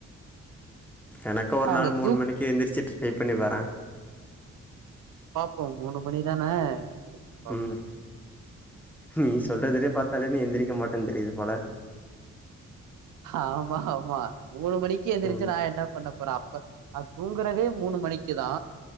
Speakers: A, in the centre; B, on the right.
A: எனக்கு
B: ஏன்னா
A: ஒரு நாள்
B: அந்த
A: மூண்
B: தூக்
A: மணிக்கி எந்திரிச்சி ட்ரை பண்ணி பாரே
B: பாப்போ மூணு மணிதான எந்தி ர்ச்சு பாப்போ
A: ம் நீ சொல்றதுலே பாத்தாலே நீ எந்திரிக்க மாட்டன் தெரியிது போல
B: ஆமா ஆமா மூணு மணிக்கு எந்திரச்சு
A: ம்
B: நா என்ன பண்ண போறே அப்ப நா தூங்குறதே மூணு மணிக்குதா